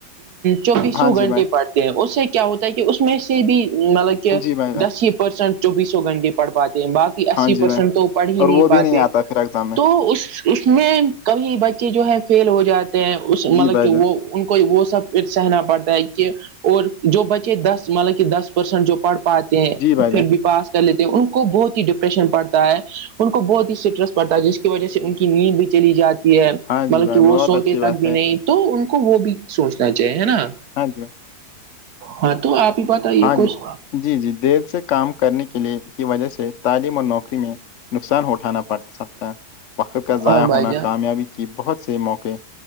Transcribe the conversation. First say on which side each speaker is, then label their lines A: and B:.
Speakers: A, on the right (about 70°); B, on the left (about 60°).
A: چوبیسوں
B: ہاں
A: گھنٹے
B: جی بھائی
A: پڑھتے ہیں اس سے ہوتا ہے کہ اس میں سے بھی مطلب کہ
B: جی بھائی جان
A: دس ہی پرسینٹ چوبیسوں گھنٹے پڑھ پاتے ہیں باقی اسی
B: ہاں جی
A: پرسینٹ
B: بھائی
A: تو پڑھ ہی
B: اور
A: نہیں
B: وہ بھی
A: پاتے
B: آتا پھر ایگزام میں
A: تو اس اس میں کبھی بچے جو ہے فیل ہو جاتے ہیں اس مطلب
B: جی بھائی
A: کہ
B: جان
A: وہ ان کو وہ سب پھر سہنا پڑتا ہے کہ اور جو بچے دس مطلب کہ دس پرسنٹ جو پڑھ پاتے ہیں
B: جی بھائی جان
A: پھر بھی پاس کر لیتے ہیں ان کو بہت ہی ڈپریشن پڑتا ہے ان کو بہت ہی اسٹرس پڑتا ہے جس کی وجہ سے ان کی نیند بھی چلی جاتی
B: ہاں
A: مطلب
B: جی بھائی
A: کہ وہ
B: بہت
A: سوتے
B: اچھی بات
A: تک بھی
B: ہے
A: نہیں تو ان کو وہ بھی سوچنا چاہیے ہے نا
B: ہاں جی
A: ہاں تو آپ ہی بتائیے
B: ہاں
A: کچھ
B: جی جی جی دیر سے کام کرنے کے لیے کی وجہ سے تعلیم اور نوکری میں نقصان اٹھانا پڑ سکتا ہے وقت کا ضائع
A: ہاں
B: ہونا
A: بھائی جان
B: کامیابی کی بہت سے موقع